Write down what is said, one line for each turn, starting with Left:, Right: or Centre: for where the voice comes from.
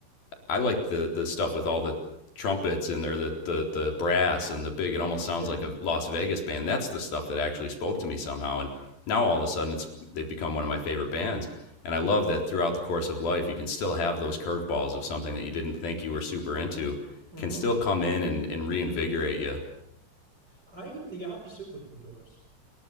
Left: I like the the stuff with all the trumpets and or the, the the brass and the big it almost sounds
Right: Yeah.
Left: like a Las Vegas band. That's the stuff that actually spoke to me somehow and now all of a sudden it's they've become one of my favorite bands. And I love that throughout the course of life you can still have those curveballs of something that you didn't think you were super into
Right: mm
Left: can
Right: hmm
Left: still come in and, and reinvigorate you
Right: I the opposite with the Doors.